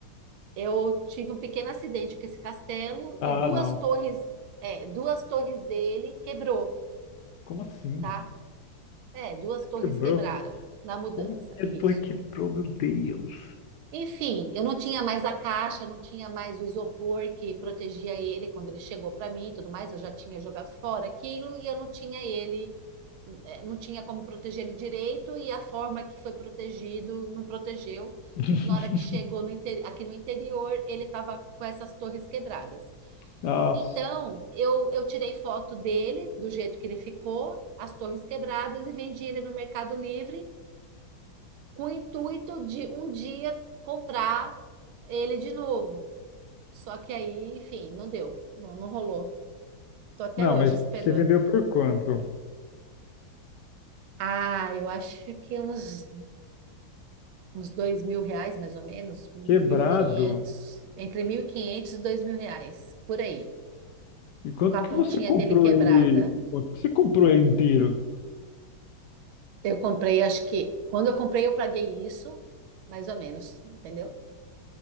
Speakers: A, on the right; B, on the left.
A: eu tive um pequeno acidente com esse castelo
B: Ah,
A: e duas
B: não.
A: torres, é, duas torres dele quebrou,
B: Como assim?
A: tá? É, duas torres
B: Quebrou?
A: quebraram na mudança,
B: Como que
A: isso.
B: a torre quebrou, meu Deus?
A: Enfim, eu não tinha mais a caixa, não tinha mais o isopor que protegia ele quando ele chegou para mim e tudo mais. Eu já tinha jogado fora aquilo e eu não tinha ele, eh, não tinha como proteger ele direito. E a forma que foi protegido não protegeu.
B: <laughs>
A: Na hora que chegou no inte- aqui no interior, ele estava com essas torres quebradas.
B: Nossa.
A: Então, eu, eu tirei foto dele, do jeito que ele ficou, as torres quebradas, e vendi ele no Mercado Livre com o intuito de um dia comprar ele de novo. Só que aí, enfim, não deu, não, não rolou. Tô até
B: Não,
A: hoje
B: mas
A: esperando.
B: você vendeu por quanto?
A: Ah, eu acho que uns, uns dois mil reais, mais ou menos, mil
B: Quebrado?
A: e quinhentos, entre mil e quinhentos e dois mil reais, por aí,
B: E quanto
A: com a pontinha
B: que você comprou
A: dele quebrada.
B: ele? Quanto que você comprou ele inteiro?
A: Eu comprei, acho que, quando eu comprei, eu paguei isso, mais ou menos, entendeu?